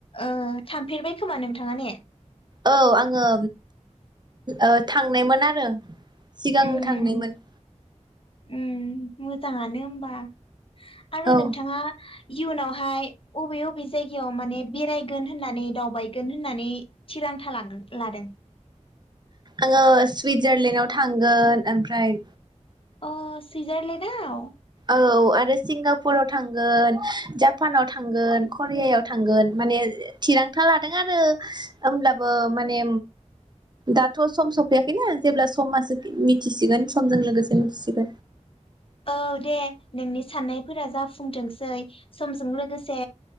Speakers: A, on the left (about 45°); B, on the right (about 35°).
A: ओ थांफेरबाय खोमा नोंथाङा ने?
B: औ आङो ओ थांनायमोन आरो सिगां
A: उम
B: थांनायमोन।
A: उम मोजाङानो ओमबा। आरो
B: औ
A: नोंथाङा इयुनावहाय अबे अबे जायगायाव माने बेरायगोन होननानै दावबायगोन होननानै थिरांथा लाखो लादों?
B: आङो सुइजारलेण्डआव थांगोन ओमफ्राय
A: अ सुइजारलेडआव
B: औ आरो सिंगापुराव थांगोन, जापानाव थांगोन, करियायाव थांगोन, माने थिरांथा लादों आरो होमब्लाबो माने दाथ' सम सफैयाखैना, जेब्ला समासो मिथिसिगोन समजों लोगोसे मिथिसि
A: औ दे नोंनि साननायफोरा जाफुंथोंसै समजों लोगोसे